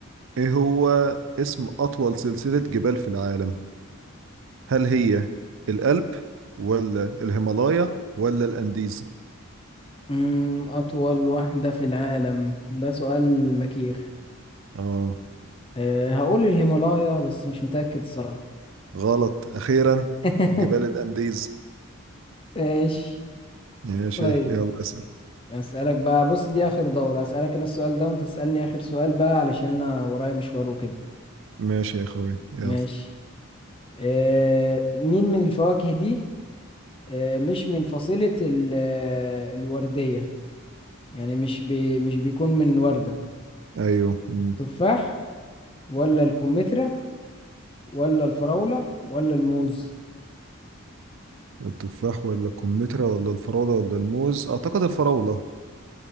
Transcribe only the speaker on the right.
ايه هو اسم اطول سلسلة جبال في العالم هل هي الألب ولا الهيمالايا ولا الأنديز
اه
غلط أخيرا
جبال الأنديز
ماشي
يلا اسأل
ماشي يا أخوي يلا
أيوه أمم.
التفاح ولا الكمثرى ولا الفراولة ولا الموز أعتقد الفراولة